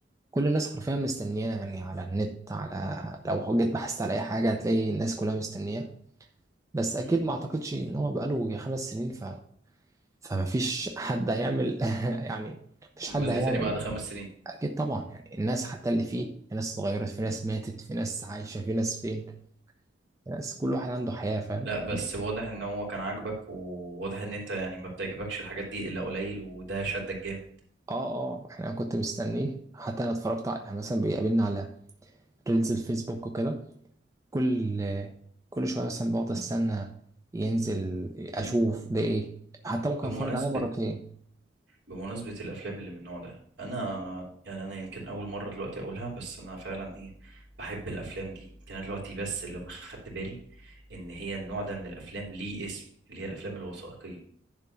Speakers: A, on the right; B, on the right.
A: كل الناس حرفيا مستنياه يعني على النت على لو جيت بحثت على أي حاجة هتلاقي الناس كلها مستنياه بس أكيد
B: امم
A: ما أعتقدش إن هو بقاله يجي خمس سنين ف... فما فيش حد هيعمل <laughs> يعني مفيش
B: جزء
A: حد هيعمل
B: تاني بعد خمس سنين
A: أكيد طبعا يعني الناس حتى اللي فيه في ناس اتغيرت في ناس ماتت في ناس عايشة في ناس فين في ناس كل واحد عنده حياة فاهم
B: لا بس
A: بس
B: واضح ان هو كان عاجبك وواضح ان انت يعني ما بتعجبكش الحاجات دي الا قليل وده شدك جامد
A: اه اه احنا أنا كنت مستنيه حتى انا اتفرجت على يعني مثلا بيقابلنا على ريلز الفيسبوك وكده كل كل شويه مثلا بقعد استنى ينزل اشوف
B: أن-
A: ده ايه حتى ممكن
B: بمناسبة
A: اتفرج عليه مرتين
B: بمناسبة الافلام اللي من النوع ده انا يعني انا يمكن اول مرة دلوقتي اقولها بس انا فعلا ايه بحب الافلام دي يمكن انا دلوقتي بس لما خدت بالي ان هي النوع ده من الافلام ليه اسم اللي هي الافلام الوثائقية